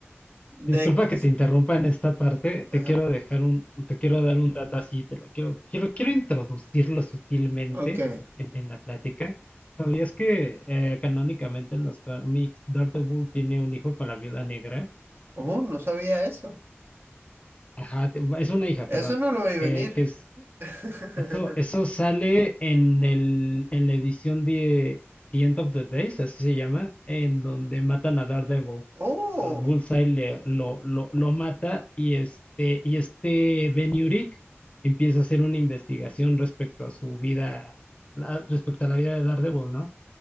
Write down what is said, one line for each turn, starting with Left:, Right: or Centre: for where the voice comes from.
Right: de...
Left: disculpa que te interrumpa en esta parte.
Right: Ajá,
Left: Te quiero dejar un, te quiero dar un dato así, te lo quiero, quiero, quiero introducirlo sutilmente
Right: ok.
Left: en, en la plática. ¿Sabías que eh, canónicamente en los cómics Daredevil tiene un hijo con la viuda negra?
Right: Oh, no sabía eso.
Left: Ajá, te- es una hija, perdón.
Right: Eso no lo vi
Left: eh,
Right: venir.
Left: que
Right: <laughs>
Left: Eso, eso sale en el, en la edición de The End of the Days, así se llama, en donde matan a Daredevil.
Right: Oh,
Left: A Bullseye le- lo, lo, lo mata y este, y este Ben Urich empieza a hacer una investigación respecto a su vida, la- respecto a la vida de Daredevil, ¿no?